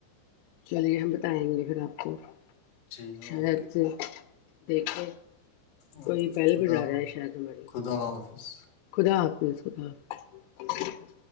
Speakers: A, on the left (about 85°); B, on the left (about 65°).
A: چلیے ہم بتائیں گے پھر آپ کو
B: جی
A: شاید
B: اوکے
A: سے دیکھیں
B: اوکے
A: کوئی پہل
B: خدا
A: گزا رہا ہے شاید ہماری
B: خدا حافظ
A: خدا اسس